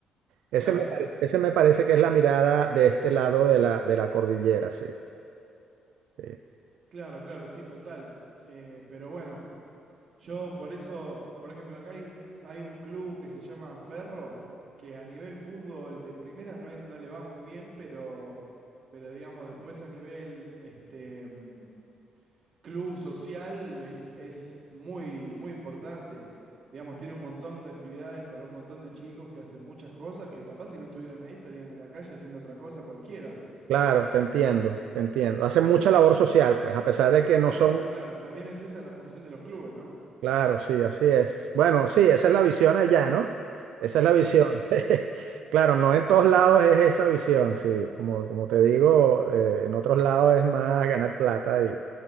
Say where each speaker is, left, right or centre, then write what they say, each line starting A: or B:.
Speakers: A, on the right (about 80°); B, on the right (about 55°).
A: Ese
B: Claro,
A: me parece, ese me parece que es la mirada de este lado de la, de la cordillera, sí. sí.
B: claro, claro, sí, total. Eh, pero bueno, yo por eso, por ejemplo, acá hay un, hay un club que se llama Ferro, que a nivel fútbol de primera no es, no le va muy bien, pero, pero digamos, después a nivel este mm, club social es, es muy, muy importante. Digamos, tiene un montón de actividades para un montón de chicos que hacen muchas cosas que capaz si no estuvieran ahí estarían en la calle haciendo otra cosa cualquiera.
A: Claro, te entiendo, te entiendo. Hacen mucha labor social, pues, a pesar de que no
B: Claro,
A: son
B: claro. También es esa la función de los clubes, ¿no?
A: Claro, sí, así es. Bueno, sí, esa es la visión allá, ¿no? Esa es la
B: Sí,
A: visión.
B: sí,
A: <laughs> Claro, no en todos lados es esa visión, sí. Como, como te digo, eh, en otros lados es más ganar plata y...